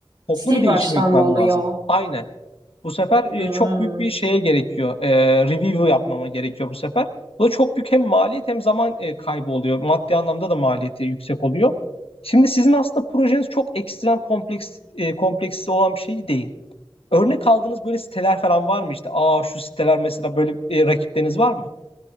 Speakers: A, on the left (about 75°); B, on the right (about 45°).
A: toplu
B: sil
A: bir değişime
B: baştan
A: gitmem
B: mı oluyor?
A: lazım. Aynen. Bu sefer e,
B: Hı.
A: çok büyük bir şeye gerekiyor. E, review yapmama gerekiyor bu sefer. Bu da çok büyük hem maliyet hem zaman e, kaybı oluyor. Maddi anlamda da maliyeti yüksek oluyor. Şimdi sizin aslında projeniz çok ekstrem kompleks e, kompleksli olan bir şey değil. Örnek aldığınız böyle siteler falan var mı? İşte aa şu siteler mesela böyle e, rakipleriniz var mı?